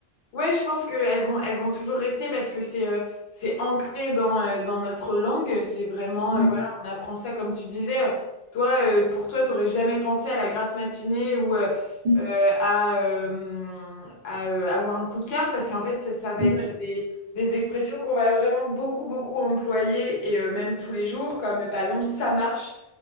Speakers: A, on the left (about 65°); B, on the right (about 60°).
A: Ouais, je pense qu'elles vont, elles vont toujours rester parce que c'est euh, c'est ancré dans, euh, dans notre langue. C'est vraiment, euh,
B: Mm,
A: voilà, on apprend ça comme tu disais. euh, toi, euh, pour toi, t'aurais jamais pensé à la grasse matinée ou euh,
B: mm,
A: euh, à, euh, à, euh, avoir un coup de cœur parce qu'en fait, ça, ça va
B: Ouais,
A: être des, des expressions qu'on va vraiment beaucoup, beaucoup employer et euh, même tous les jours, comme euh, par exemple ça marche.